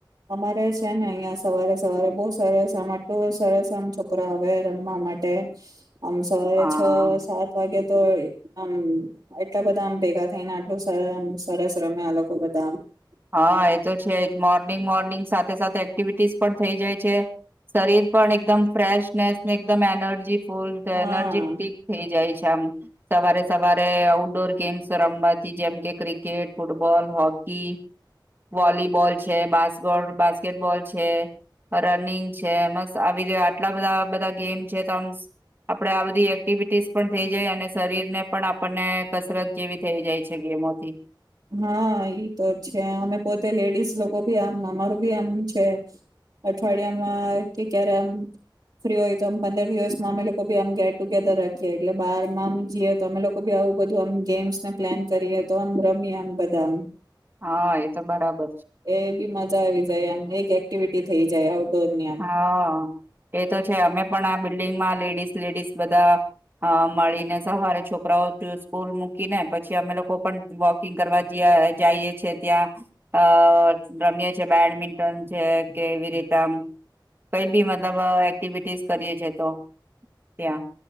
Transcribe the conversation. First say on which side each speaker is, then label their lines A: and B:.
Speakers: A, on the right; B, on the right.
A: અમારે છે ને અહિયાં સવારે સવારે બહુ સરસ આમ આટલું સરસ આમ છોકરો આવે રમવા માટે આમ સવારે
B: હા
A: છ સાત વાગ્યા તો આમ એટલા બધા આમ ભેગા થઈને આટલું સરસ રમે આ લોકો બધા આમ
B: હા
A: એમ
B: એ તો છે મોર્નિંગ મોર્નિ સાથે સાથે એક્ટિવિટીઝ પણ થઈ જાય છે શરીર પણ એકદમ ફ્રેશનેસ ને એકદમ એનર્જી ફૂલ
A: હા
B: એનર્જી ટીક થઈ જાય છે મ સવારે સવારે આઉટડોર ગેમ્સ રમવાથી જેમ કે ક્રિકેટ ફૂટબોલ હોકી વોલીબોલ છે બા બાસ્કેટબોલ છે રનિંગ છે મસ્ આવી રીતે આટલા બધા બધા ગેમ છે તોમ આપડે આ બધી એક્ટિવિટીસ પણ થઇ જાય અને શરીરને પણ આપણને કસરત જેવી થઈ જાય છે ગેમોથી
A: હા ઈ તો છે અમે પોતે લેડીઝ લોકો ભી આમ અમારું બી આમ છે અઠવાડિયામાં કે ક્યારે આમ ફ્રી હોય તોમ પંદર દિવસમાં અમે લોકોી આમ ગેટ ટુગેધર રાખીએ એટલે બારમાંમ જઈએ તો અમે લોકોી આવું બધું ગેમ્સને પ્લાન કરીએ તો મ્યામ બદામ
B: હા એ તો બરાબર
A: એ બી મજા આવી જાય એમ એક એક્ટિવિટી થઈ જાય આઉટડોર ની આમ
B: હા, એ તો છે, અમે પણ આ બિલ્ડિંગમાં લેડી લેડીસ લેડીસ બધા અ મળીને સવારે છોકરાઓ સ્કૂલ મૂકીને પછી, અમે લોકો પણ વોકિંગ કરવા જઈએ છીએ. ત્યાં અ રમીએ છે બેડમિન્ટન છે. કેવી રીતે આમ કઈ બી મતલબ એક્ટિવિટીસ કરીએ છે તો ત્યાં